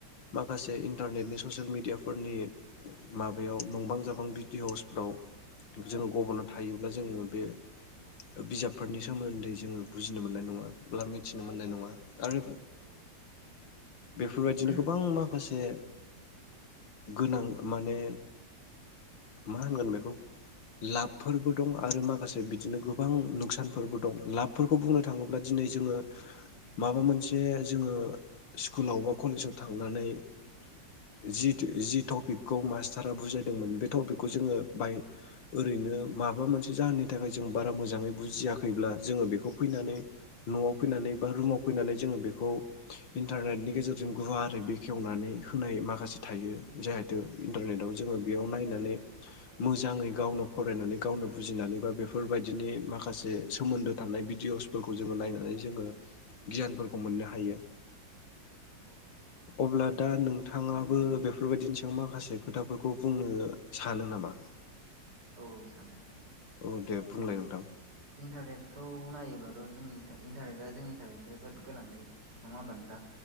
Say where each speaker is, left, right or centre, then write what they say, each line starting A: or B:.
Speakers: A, on the left; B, on the right.
A: माखासे इन्टारनेटनि ससियेल मिेडियाफोरनि माबायाव नंबां जाबां भिडिअसफ्राव जोङो गबना थायोब्ला जोङो बे बिजाबफोरनि सोमोन्दै जोङो बुजिनो मोननाय नङाब्ला मिथिनो मोननाय नङा आरो
B: औ
A: बेफोरबायदिनो
B: औ
A: गोबां माखासे
B: औ
A: गोनां माने मा होनगोन बेखौ लाभफोरबो दं आरो माखासे बिदिनो गोबां नुखसानफोरबो दं लाबफोरखौ बुंनो थाङोब्ला दिनै दिनै जोङो माबा मोनसे जोङो स्कुलाव बा कलेजाव थांनानै जि जि टपिकखौ मास्टारा बुजायदोंमोन बे थ बेखौ
B: औ
A: जोङो बाहाय ओरैनो माबा मोनसे जाहोननि थाखाय जों बारा मोजाङै बुजियाखैब्ला जोङो बेखौ फैनानै न'आव फैनानै बा रुमाव फैनानै जोङो बेखौ इन्टारनेटनि गेजेरजों गुवारै बेखेवनानै होनाय माखासे थायो जिहेथु इन्टारनेटआव जोङो बेयाव नायनानै मोजाङै गावनो फरायनानै गावनो बुजिनानै बा बेफोरबायदिनि माखासे सोमोन्दो थानाय बि भिदिअसफोरखौ जोङो नायनानै जोङो गियानफोरखौ मोननो हायो।
B: औ
A: अब्ला दा नोंथाङाबो बेफोरबायदिनि सायाव माखासे खोथाफोरखौ बुंनो सानो नामा
B: <inaudible> औ औ सानो
A: औ दे बुंलाय नोंथां
B: इन्टारनेटखौ नायोब्लाथ जोंनि इन्टारनेटआ जोंनि थाखाय जोबोद गोनांथि नङा होमबा नोंथां